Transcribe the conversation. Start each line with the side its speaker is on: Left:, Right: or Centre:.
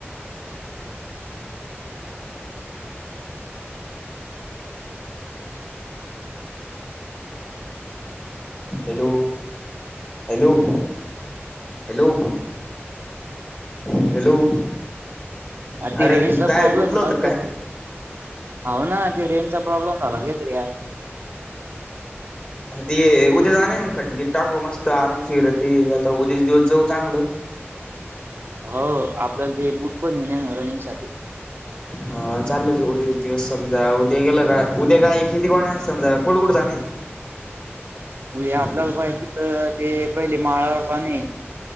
Left: हॅलो, हॅलो, हॅलो, हॅलो.
Right: अ ते
Left: अरे
Right: रेंजचा
Left: काय
Right: प्रॉब्लेम
Left: गुतलं
Right: हाय,
Left: होतं
Right: आमी काय करू? हाव ना, ते रेंजचा प्रॉब्लेम झाला <unintelligible>
Left: ते उद्या जाणार मग खत गट टाकू मस्त आरामशीर ते आता उद्याच दिवस जाऊ चांगलं.
Right: हो, आपल्याला ते बूट पण हायना रनिंग साठी.
Left: हा चाल जाऊ एक दिवस समजा. उद्या गेलं का उद्या काय किती, कोण आहे समजा कुठं, कुठं जान हाय?
Right: उद्याआपल्याला माहितीत ते पहिले माळावर जाणे.